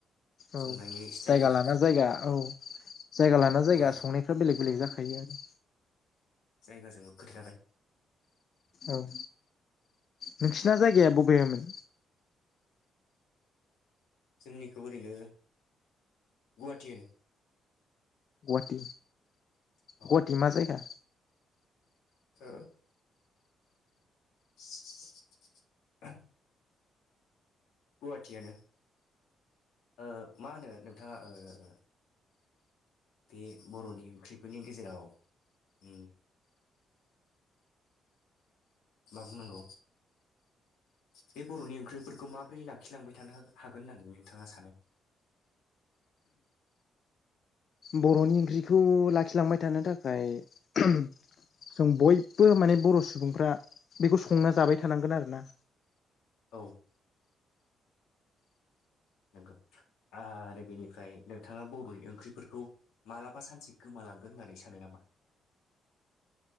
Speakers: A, on the left; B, on the left.
A: औ
B: संनायनि
A: जायगा
B: स्टाइलफोरा
A: लाना जायगा औ जायगा लाना जायगा
B: औ
A: संनायफ्रा बेलेग बेलेग जाखायो। आरो
B: जायगाजोंबो खोथा थाबाय।
A: औ नोंसिना जायगाया बबेयामोन?
B: जोंनिखौ ओरैनो गुवाहाटि होनो।
A: गवाहाटि।
B: औ
A: गवाटि मा जायगा?
B: ओं <unintelligible> गुवाहाटियानो ओ मा होनो नोंथाङा ओ बे बर'नि ओंख्रिफोरनि गेजेराव ओं मा बुंनांगौ बे बर'नि ओंख्रिफोरखौ माबोरै लाखिलांबाय थानो हा-हागोन होननानै नोंथाङा सानो?
A: बर'नि ओंख्रिखौ लाखिलांबाय थानो थाखाय जों बयबो माने बर' सुबुंफ्रा बेखौ संना जाबाय थानांगोन आरोना।
B: औ। नंगौ आरो बेनिफ्राय नोंथाङा बर'नि ओंख्रिफोरखौ मालाबा सानसे गोमालांगोन होननानै सानो नामा?